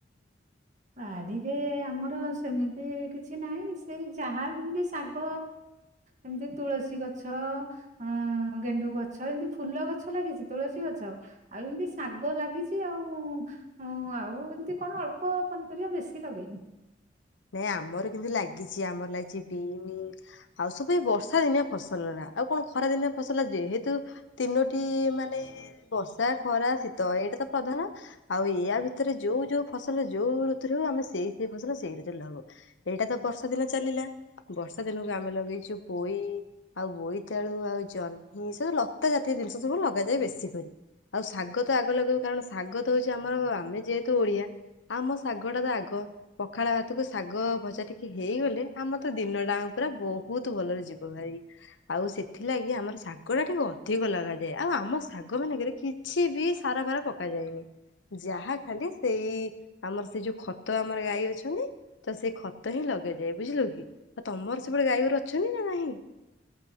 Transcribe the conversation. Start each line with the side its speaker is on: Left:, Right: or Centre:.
Right: ବାଡିରେ ଆମର ସେମିତି କିଛି ନାହିଁ। ସେଇ ଯାହା ଯେମିତି ଶାଗ ଏମିତି ତୁଳସୀ ଗଛ। ଅଁ ଗେଣ୍ଡୁ ଗଛ ଏମିତି ଫୁଲ ଗଛ ଲାଗିଛି। ତୁଳସୀ ଗଛ ଆଉ ଏମିତି ଶାଗ ଲାଗିଛି ଆଉ। ଆଉ ଏମିତି କଣ ଅଳ୍ପ ପନିପରିବା ବେଶୀ ଲଗେଇନି।
Left: ନାଇଁ ଆମର କିନ୍ତୁ ଲାଗିଛି। ଆମର ଲାଗିଛି ବିନି ଆଉ ସବୁ ଏ ବର୍ଷା ଦିନିଆ ଫସଲ ରା। ଆଉ କଣ ଖରା ଦିନିଆ ଫସଲ ଯେହେତୁ ତିନୋଟି ମାନେ ବର୍ଷା, ଖରା, ଶୀତ ଏଇଟା ତ ପ୍ରଧାନ। ଆଉ ଏୟା ଭିତରେ ଯୋଉ ଯୋଉ ଫସଲ ଯୋଉ ଋତୁରୁ। ଆମେ ସେଇ ସେଇ ଫସଲ ସେଇ ଋତୁ ହେଲା ଆଉ, ଏଇଟା ତ ବର୍ଷା ଦିନ ଚାଲିଲା। ବର୍ଷା ଦିନକୁ ଆମେ ଲଗେଇଛୁ ପୋଇ ଆଉ ବୋଇତାଳୁ ଆଉ ଜହ୍ନି। ସବୁ ଲତା ଜାତୀୟ ଜିନିଷ ସବୁ ଲଗାଯାଏ ବେଶୀ କରି। ଆଉ ଶାଗ ତୋ ଆଗ ଲଗାଇବୁ। କାରଣ ଶାଗ ତ ହଉଛି ଆମର, ଆମେ ଯେହେତୁ ଓଡିଆ ଆମ ଶାଗଟା ତ ଆଗ। ପଖାଳ ଭା ତକୁ ଶାଗ ଭଜା ଟିକେ ହେଇଗଲେ। ଆମର ତ ଦିନ ଟା ପୁରା ବହୁତ ଭଲରେ ଯିବ ଭାଇ। ଆଉ ସେଥିଲାଗି ଆମର ଶାଗ ଟା ଟିକେ ଅଧିକ ଲଗାଯାଏ। ଆଉ ଆମ ଶାଗ ମାନଙ୍କରେ କି କିଛି ବି ସାର ଫାର ପକା ଯାଏନି। ଯାହା ଖାଲି ସେଇ ଆମର ସେ ଯୋଉ ଖତ ଆମର ଗାଈ ଅଛନ୍ତି। ତ ସେ ଖତ ହିଁ ଲଗାଯାଏ। ବୁଝିଲୁ କି, ତମର ସେପଟେ ଗାଈଗୋର ଅଛନ୍ତି ନା ନାହିଁ?